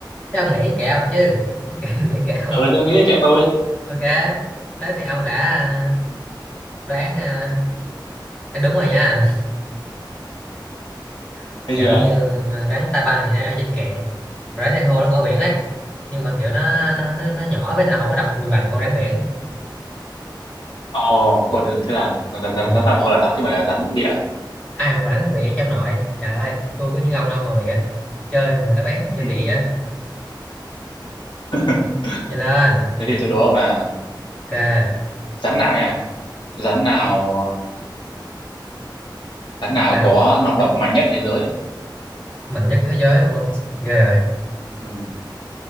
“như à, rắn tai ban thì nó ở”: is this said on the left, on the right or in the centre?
Left